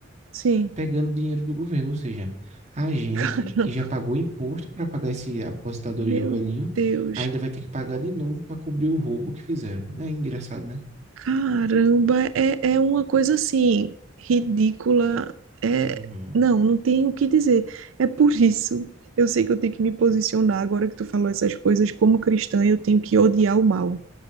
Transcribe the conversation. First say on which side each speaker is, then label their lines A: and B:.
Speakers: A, on the right (about 85°); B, on the right (about 35°).
A: Sim,
B: Pegando dinheiro do governo, ou seja, a gente
A: <laughs> caramba,
B: que já pagou imposto para pagar esse aposentadoria
A: meu
B: ao velhinho,
A: Deus,
B: ainda vai ter que pagar de novo para cobrir o roubo que fizeram. Não é engraçado, né?
A: caramba, é, é uma coisa assim, ridícula, é,
B: Uhum.
A: não, não tem o que dizer, é por isso, eu sei que eu tenho que me posicionar agora que tu falou essas coisas, como cristã eu tenho que odiar o mal,